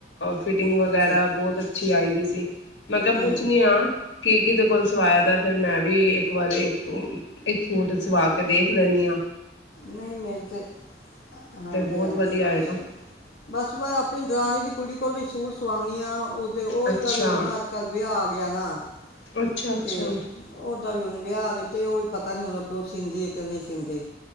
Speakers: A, on the left; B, on the left.
A: ਫਿਟਿੰਗ ਵਗੈਰਾ
B: ਅੱਛਾ
A: ਬਹੁਤ ਅੱਛੀ ਆਈ ਦੀ ਸੀ ਮੈਂ ਕਿਹਾ
B: ਹੂੰ
A: ਪੁੱਛਣੀ ਹਾਂ ਕੀ ਕਿਦੇ ਕੋਲ ਸਵਾਇਆ ਤਾਂ ਫਿਰ ਮੈਂ ਵੀ ਇੱਕ ਵਾਰੀ ਇੱਕ ਸੂਟ ਚਵਾਕ ਦੇ ਧਨੀਆ
B: ਨਹੀਂ ਮੇਰੇ ਤੇ ਹਾਂਜੀ
A: ਤੇ ਬਹੁਤ
B: ਹਾਂਜੀ
A: ਵਧੀਆ
B: ਬਸ
A: ਆਏਗਾ
B: ਬਸ ਮੈਂ ਆਪਣੀ ਦਲਾਨਣੀ ਦੀ ਕੁੜੀ ਕੋਲੋਂ ਹੀ ਸੂਟ ਸਵਾਨੀਆਂ ਉਹਦੇ ਉਹੀ
A: ਅੱਛਾ
B: ਤਾਂ ਵੀ ਹੁਣ ਅੱਜ ਕੱਲ੍ਹ ਵਿਆਹ ਆ ਗਿਆ ਨਾ
A: ਅੱਛਾ ਅੱਛਾ
B: ਤੇ ਉਹਦਾ ਵੀ ਉਹ ਵਿਆਹ ਤੇ ਉਹ ਵੀ ਪਤਾ ਨੀ ਹੋਣ ਲੱਗ ਸੀ ਸਿੰਧੀ ਇੱਕ ਨਹੀਂ ਸਿੰਧੀ